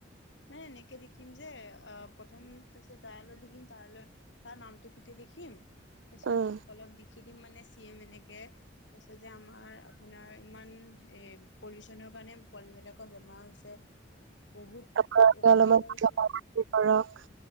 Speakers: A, on the left; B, on the right.
A: মানে এনেকে লিখিম যে আহ প্ৰথম তাৰপিছত তাইলৈ লিখিম তাইলৈ তাৰ নামটো সুধি লিখিম তাৰিছত
B: উম
A: অলপ দি। লিখি দিম মানে চি এমএনেকে তাৰ পিছত যে আমাৰ আপোনাৰ ইমান এ পলিউচনৰ কাৰণে পোৱালী বিলাকৰ বেমাৰ হৈছে বহুত
B: আপোনালোকে
A: অসুবিধা
B: অলপ মান
A: হৈছে
B: আপোনাৰ কৰক